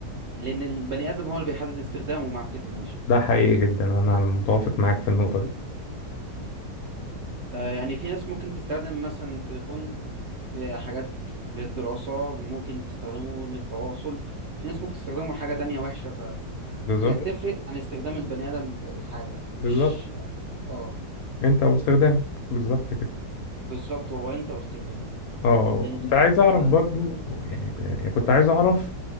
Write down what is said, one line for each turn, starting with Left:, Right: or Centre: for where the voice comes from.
Right: لان البني ادم هو اللي بيحدد استخدامه مع التكنولوجيا
Left: ده حقيقي جدا انا متوافق معاك في النقطة دي
Right: آه يعني في ناس ممكن تستخدم مثلا التليفون في حاجات للدراسه ممكن تستخدمه للتواصل في ناس ممكن تستخدمه في حاجه تانية وحشه فهي
Left: بالظبط
Right: بتفرق عن استخدام البني ادم للحاجه مش
Left: بالظبط
Right: اه
Left: انت واستخدامك بالظبط كده
Right: بالظبط هو انت واستخدامه
Left: اه
Right: انت
Left: كنت عايز اعرف برضو يعني يعني كنت عايز اعرف